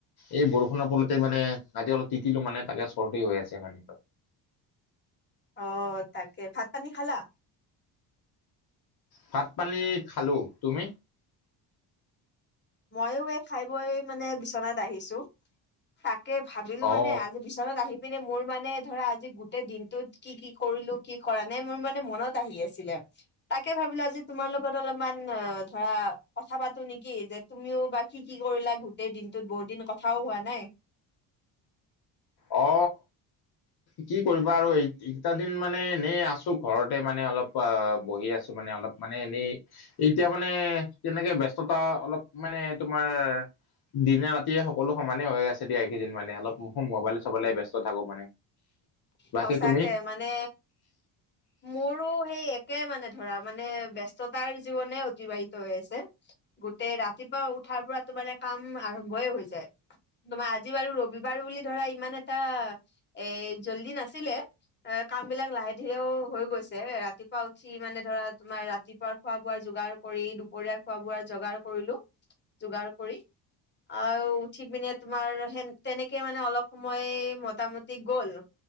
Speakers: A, on the left; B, on the left.
A: এই বৰষুণৰ ফলতে মানে আজি অলপ তিতিলো মানে তাকে চৰ্দি হৈ আছে মানে
B: অ তাকে ভাত পানী খালা
A: ভাত পানী খালো তুমি
B: মইও এই খাই বৈ মানে বিচনাত আহিছো তাকে ভাবিলো
A: অ
B: মানে আজি বি বিচনাত আহি পিনে মোৰ মানে ধৰা আজি গোটেই দিনটোত কি কি কৰিলো কি কৰা নাই মোৰ মানে মনত আহি আছিলে তাকে ভাবিলো আজি তোমাৰ লগত অলপমান অ ধৰা কথা পাতো নেকি যে তুমিও বা কি কি কৰিলা গোটেই দিনটোত বহুত দিন কথাও হোৱা নাই
A: অ কি কৰিবা আৰু এইকেইটা দিন মানে এনেই আছো ঘৰতে মানে অলপ অ বহি আছো মানে অলপ মানে এনেই এতিয়া মানে তেনেকে ব্যস্ততা অলপ মানে তোমাৰ, দিনে ৰাতিয়ে সকলো সমানে হৈ আছে দিয়া এইকেইদিন মানে অলপ মোবাইলত চাব লাগে ব্যস্ত থাকো মানে। বাকী
B: সঁচাকে
A: তুমি
B: মানে, মোৰো সেই একে মানে ধৰা মানে ব্যস্ততাৰ জীৱনে অতিবাহিত হৈ আছে গোটেই ৰাতিপুৱা উঠাৰ পৰাতো মানে কাম আৰম্ভয়ে হৈ যায় তোমাৰ আজি বাৰু ৰবিবাৰ বুলি ধৰা ইমান এটা এ জল্দি নাছিলে এ কাম বিলাক লাহে ধীৰেও হৈ গৈছে ৰাতিপুৱা উঠি মানে ধৰা তোমাৰ ৰাতিপুৱা। খোৱা বোৱা যোগাৰ কৰি দুপৰীয়া খোৱা বোৱাৰ যোগাৰ কৰিলো যোগাৰ কৰি। আৰু উঠি পিনে তোমাৰ সেন তেনেকে মানে অলপ সময় মোটামটি গ'ল।